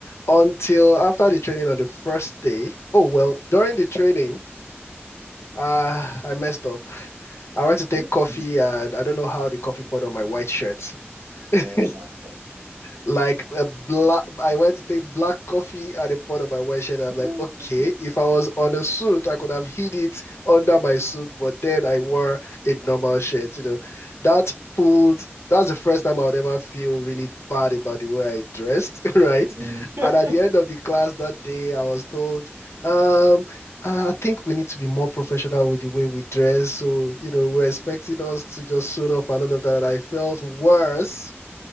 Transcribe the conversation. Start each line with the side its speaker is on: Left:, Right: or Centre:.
Left: Until after the training on the first day, oh well, during the training, uh, I messed up. I went to take
Right: <laughs>
Left: coffee and I don't know how the coffee poured on my white shirt. <laughs>
Right: Oh my God.
Left: like a black I went to take black coffee at the pot of my white shirt. I'm like,
Right: Ooh.
Left: okay, if I was on a suit, I could have hid it under my suit, but then I wore a normal shirt, you know. That pulled that's the first time I would ever feel really bad about the way I dressed, <laughs> right?
Right: Mhm. Mhm.
Left: And at the
Right: <laughs>
Left: end of the class that day, I was told, um, "Ah, I think we need to be more professional with the way we dress. So, you know, we're expecting us to just suit up and all of that. And I felt worse